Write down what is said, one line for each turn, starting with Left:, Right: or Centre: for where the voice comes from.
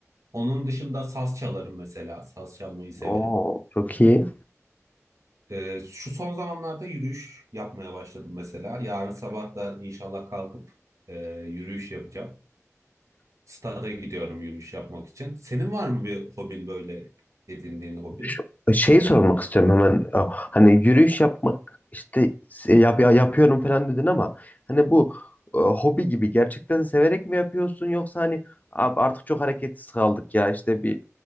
Right: Onun dışında saz çalarım mesela. Saz çalmayı severim.
Left: Oo, çok iyi.
Right: Ee, şu son zamanlarda yürüyüş yapmaya başladım mesela. Yarın sabah da inşallah kalkıp e, yürüyüş yapacağım. Stada gidiyorum yürüyüş yapmak için. Senin var mı bir hobin böyle edindiğin hobi?
Left: Şu- Şey sormak istiyorum hemen. Ya, Hani yürüyüş yapmak işte yap, ya- yapıyorum falan dedin ama hani bu e, hobi gibi gerçekten severek mi yapıyorsun yoksa hani "Abi artık çok hareketsiz kaldık ya işte bir